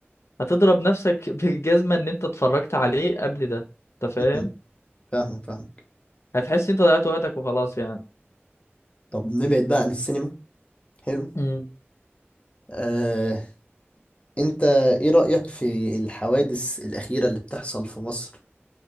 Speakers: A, on the left; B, on the left.
A: هتضرب نفسك <laughs> بالجزمة ان انت اتفرجت عليه قبل ده انت فاهم
B: أمم، فاهمك فاهمك
A: هتحس انت ضيعت وقتك وخلاص يعني
B: طب نبعد بقى عن السينما حلو
A: امم
B: آه، انت ايه رأيك في الحوادث الأخيرة اللي بتحصل في مصر